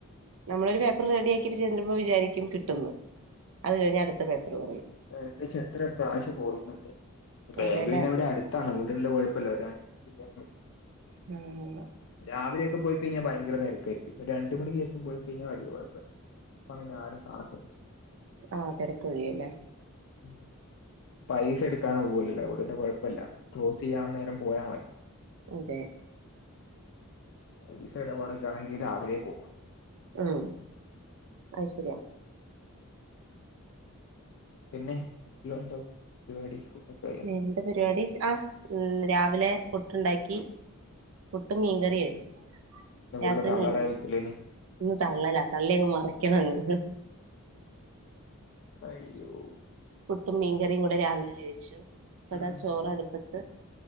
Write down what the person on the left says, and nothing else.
ഏകദേശം എത്ര പ്രാവശ്യം പോകുന്നറിയോ ബാങ്ക്
പിന്നെ ഇവടെ അട് ത്താണ് അത്കൊണ്ട്ല്ല കൊഴപ്പല്ല <unintelligible>
രാവിലെയക്കെ പോയിക്കഴിഞ്ഞാ ഭയങ്കര തെരക്കായിരിക്കും ഇപ്പം രണ്ട് മണിക്ക് ശേഷം പോയി കഴിഞ്ഞ വല്യ കൊഴ അങ്ങനെ ആരും കാണത്തില്ല
ഉം പൈസ എടുക്കാൻ പോവല്ലല്ലോ അതോണ്ട് പിന്നെ കൊഴപ്പല്ല ക്ലോസ് ചെയ്യാൻ നേരം പോയ മതി
പൈസ എടപാടൊക്കെ ആണെങ്കിൽ രാവിലെ പോകണം.
പിന്നെ <unintelligible>
ഫുള്ള് തള്ളലായിരിക്കുംല്ലേ
ഇനി
അയ്യോ
ഉം